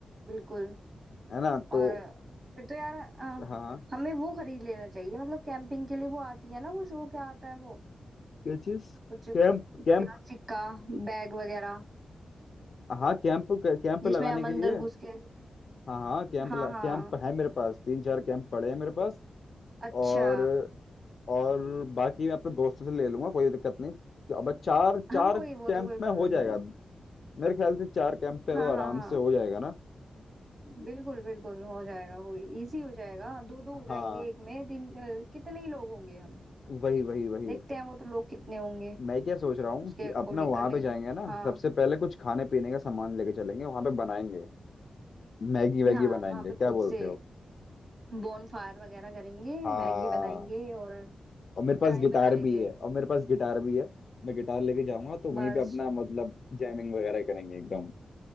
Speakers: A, on the right (about 45°); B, on the left (about 60°).
A: बिल्कुल
B: है ना तो
A: और फिर तो यार अ,
B: हाँ हाँ
A: हमें वो खरीद लेना चाहिए मतलब कैंपिंग के लिए वो आती है ना कुछ वो क्या आता है वो
B: क्या चीज
A: कुछ प्लास्टिक
B: Camp camp
A: का बैग वगैरह
B: हाँ कैंप कैंप
A: जिसमें
B: लगाने
A: हम
B: के
A: अंदर
B: लिए
A: घुस के
B: हाँ हाँ कैंप
A: हाँ
B: ल-
A: हाँ
B: कैंप है मेरे पास तीन चार कैंप पड़े हैं मेरे पास
A: अच्छा
B: और और बाकी मैं अपने दोस्तों से ले लूंगा कोई दिक्कत नहीं तो अब चार
A: हाँ
B: चार
A: कोई
B: कैंप
A: वो तो कोई प्रॉब्लम
B: में हो जाएगा
A: नहीं है
B: मेरे ख्याल से चार कैंप पे
A: हाँ
B: तो आराम
A: हाँ हाँ
B: से हो जाएगा ना
A: बिल्कुल बिल्कुल हो जाएगा कोई इजी हो जाएगा दो दो हो जाएंगे
B: हाँ
A: एक में तीन अ, कितने ही लोग होंगे हम
B: वही वही वही
A: देखते हैं वो तो लोग कितने होंगे
B: मैं क्या सोच रहा हूँ
A: उसके
B: कि
A: अकॉर्डिंग
B: अपना वहां
A: कर लेंगे
B: पे जाएंगे ना
A: हाँ
B: सबसे पहले कुछ खाने पीने का सामान लेके चलेंगे वहां पे बनाएंगे मैगी वैगी
A: हाँ
B: बनाएंगे
A: वहां पे
B: क्या
A: खुद
B: बोलते
A: से
B: हो
A: बोन फायर वगैरह करेंगे
B: हाँ
A: मैगी बनाएंगे और
B: और मेरे पास
A: चाय
B: गिटार
A: बना लेंगे
B: भी है और मेरे पास गिटार भी है मैं गिटार लेके जाऊंगा तो
A: बस
B: वहीं पे अपना मतलब जैमिंग वगैरह करेंगे एकदम